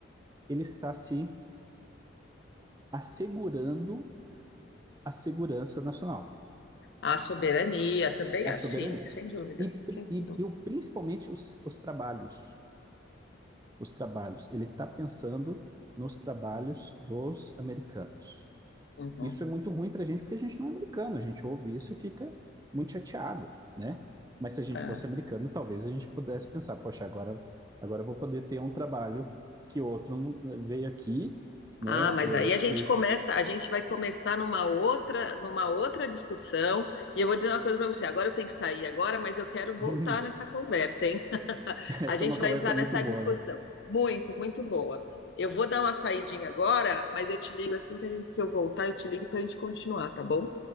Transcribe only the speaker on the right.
ele está se assegurando a segurança nacional,
a
soberania
e,
e,
e principalmente os, os trabalhos, os trabalhos. Ele está pensando nos trabalhos dos americanos.
Isso é muito ruim para a gente porque a gente não é americano, a gente ouve isso e fica muito chateado, né? Mas se a gente
fosse americano, talvez a gente pudesse pensar, poxa, agora, agora eu vou poder ter um trabalho que outro veio aqui, né?
É,
e
<laughs>
essa
é uma conversa
muito
boa,
né?